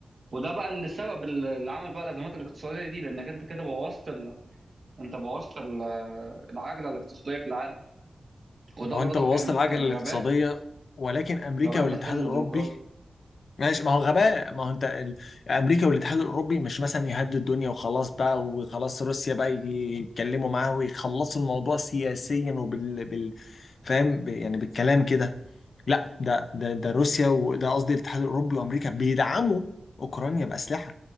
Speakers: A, on the right; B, on the left.
A: وده بقى اللي السبب اللي عمل بقى الازمات الاقتصاديه دي لانك انت كده بوظت ال... انت بوظت ال... العجله الاقتصاديه في العالم وده
B: ما هو
A: برضك
B: انت بوظت
A: كان
B: العجله
A: كان
B: الاقتصاديه
A: غباء
B: ولكن امريكا
A: غباء
B: والاتحاد
A: من الحزب
B: الاوروبي
A: الديمقراطي
B: ماشي ما هو غباء ما هو انت ال- امريكا والاتحاد الاوروبي مش مثلا يهدوا الدنيا وخلاص بقى وخلاص روسيا بقى يجي يتكلموا معاه ويخلصوا الموضوع سياسيا وبال بال فاهم ب- يعني بالكلام كده لا ده ده ده روسيا وده قصدي الاتحاد الاوروبي وامريكا بيدعموا اوكرانيا باسلحه